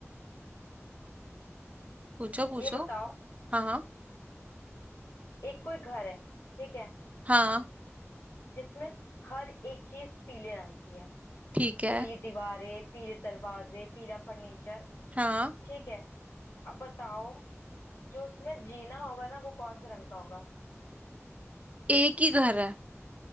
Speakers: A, on the right (about 30°); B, on the left (about 60°).
A: पूछो पूछो
B: ये बताओ
A: हाँ
B: एक कोई घर है ठीक है
A: हाँ
B: जिसमें हर एक चीज पीले रंग की है
A: ठीक है
B: पीली दीवारें पीले दरवाजे पीला फर्नीचर
A: हाँ
B: ठीक है अब बताओ जो उसमें जीना होगा ना वो कौन से रंग का होगा
A: एक ही घर है